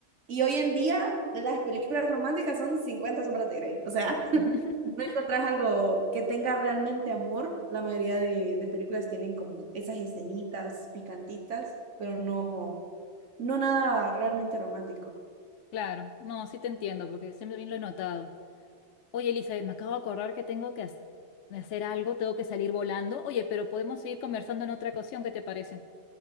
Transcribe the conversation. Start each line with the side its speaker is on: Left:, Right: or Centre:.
Right: y hoy en día las películas románticas son cincuenta sombras de Grey. O sea, <laughs>
Left: <laughs>
Right: no encontrás algo que tenga realmente amor. La mayoría de, de películas tienen como esas escenitas picantitas, pero no, no nada realmente romántico.
Left: Claro, no, sí te entiendo, porque siempre bien lo he notado. Oye, Elizabeth, me acabo de acordar que tengo que has- hacer algo, tengo que salir volando. Oye, pero podemos seguir conversando en otra ocasión, ¿qué te parece?